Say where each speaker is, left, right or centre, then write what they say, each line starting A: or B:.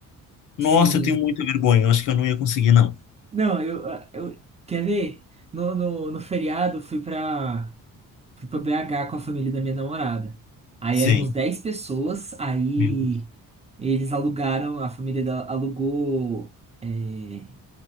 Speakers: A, on the left; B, on the right.
A: Nossa,
B: Sim.
A: eu tenho muita vergonha. Eu acho que eu não ia conseguir, não.
B: Não, eu, eu. Quer ver? No, no, no feriado, fui pra, fui pra BH com a família da minha namorada. Aí
A: Sim.
B: éramos 10 pessoas, aí
A: Meu Deus.
B: eles alugaram, a família da- alugou. é,